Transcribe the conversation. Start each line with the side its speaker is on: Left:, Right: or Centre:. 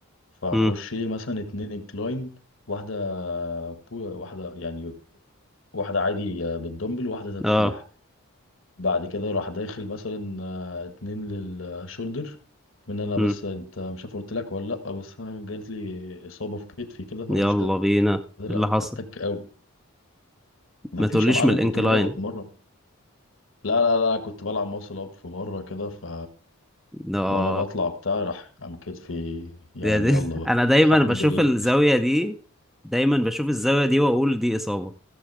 Left: فاخش
Centre: مم.
Left: إيه مثلا اتنين انكلاين واحده بو واحده يعني واحدة عادي آه، بالدمبل وواحدة تفتيح
Centre: اه
Left: بعد كده راح داخل مثلا آه، اتنين للشولدر من انا
Centre: مم.
Left: بس انت مش عارف قلت لك ولا لا بس انا جاتلي اصابة في كتفي كده فانا
Centre: يلا
Left: مش قادر
Centre: بينا إيه اللي حصل
Left: اتك قوي ما
Centre: ما
Left: فيش
Centre: تقوليش
Left: يا معلم
Centre: من الانكلاين
Left: كنت مرة بتمرن لا لا لا كنت بلعب ماسل اب في مرة كده ف
Centre: ده. اه
Left: وانا بطلع بتاع راح قام كتفي يعني
Centre: يا دي
Left: يلا
Centre: <laughs>
Left: بقى
Centre: انا دايما
Left: الحمد
Centre: بشوف
Left: لله
Centre: الزاوية دي دايما بشوف الزاوية دي واقول دي اصابة